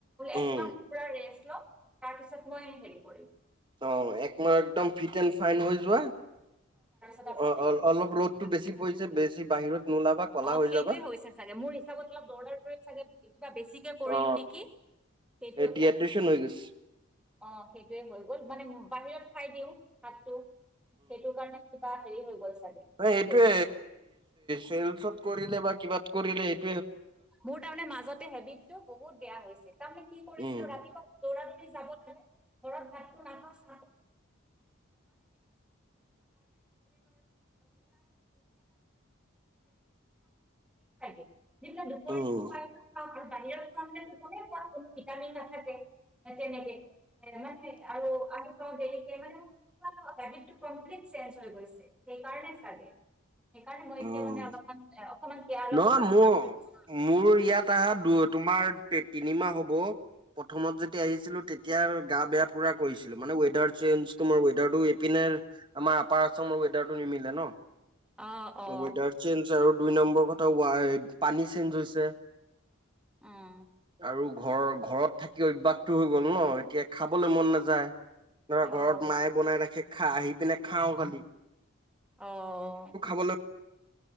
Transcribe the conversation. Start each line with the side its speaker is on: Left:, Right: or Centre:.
Centre: একমাহ
Right: উম
Centre: পুৰা ৰেষ্ট। তাৰ পিছত মই হেৰি কৰিম।
Right: অঁ একমাহ একদম ফিট এণ্ড ফাইন হৈ যোৱা।
Centre: অঁ
Right: অ অ' অলপ ৰ'দটো বেছি পৰিছে বেছি বাহিৰত নোলাবা কলা হৈ
Centre: সেইটোৱে
Right: যাবা
Centre: হৈছে চাগে মোৰ হিচাপত অলপ দৌৰা দৌৰিত কিবা বেছিকে কৰিলো
Right: অ
Centre: নেকি সেইটোয়ে
Right: এই ডিহাইড্ৰেচন
Centre: ভাবিছ
Right: হৈ গৈছে
Centre: অ' সেই হৈ গ'ল মানে বাহিৰত খাই দিওঁ ভাত টো। সেইটো কাৰণে হেৰি হৈ গ'ল চাগে ঠিকে
Right: এইটোৱে
Centre: কৈছা
Right: চেলচত কৰিলে বা কিবাত কৰিলে এই
Centre: মোৰ তাৰমানে মাজতে হেবিটটো বহুত বেয়া হৈছিল তাৰমানে কি কৰিছিলো
Right: উম
Centre: ৰাতিপুৱা দৌৰা দৌৰি যাব লাগে ঘৰত ভাতটো নাখাও চাহ তাহ <unintelligible> দি পেলাই দুপৰীয়া
Right: উম।
Centre: <unintelligible> বাহিৰেত খোৱা মানেইতো গমেই পোৱা কোনো ভিটামিন নাথাকে তেনেকে মানে আৰু আমি কও মানে হেবিটতো কমপ্লিট চেইনজ হৈ গৈছিল সেইকাৰণে চাগে সেইকাৰণে মই এতিয়া
Right: উম,
Centre: মানে অলপমান অকণমান কেয়াৰ লব
Right: নহয়
Centre: চেষ্টা
Right: মোৰ
Centre: কৰিছো
Right: মোৰ ইয়াত আহা তোমাৰ তিনিমাহ হ'ব প্ৰথমত যেতিয়া আহিছিলো তেতিয়া গা বেয়া পুৰা কৰিছিলো মানে ৱেডাৰ চেঞ্জ ৱেডাৰ এইপিনে আমাৰ আপাৰ আচামৰ ৱেডাৰটো নিমিলে ন।
Centre: অ', অ',
Right: ৱেডাৰ চেঞ্জ আৰু দুই নম্বৰ কথা ৱাইড পানী চেঞ্জ হৈছে
Centre: উম।
Right: আৰু ঘৰ ঘৰত। থাকি অভ্যাসটো হৈ গ'ল নহ এতিয়া খাবলৈ মন নাযায় ধৰা
Centre: অ',
Right: ঘৰত মায়ে বনাই ৰাখে খাই আহি পিনে খাওঁ খালি।
Centre: অহ
Right: <unintelligible>